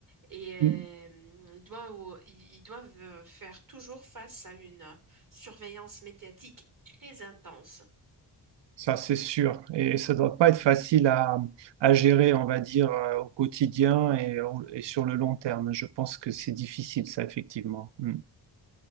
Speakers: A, on the right; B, on the right.
A: et euh,
B: ouais.
A: ils doivent, ils ils doivent euh, faire toujours face à une euh, surveillance médiatique très intense.
B: Ça, c'est sûr. Et ça ne doit pas être facile à, à gérer, on va dire, euh, au quotidien et, au- et sur le long terme. Je pense que c'est difficile, ça, effectivement. Mm.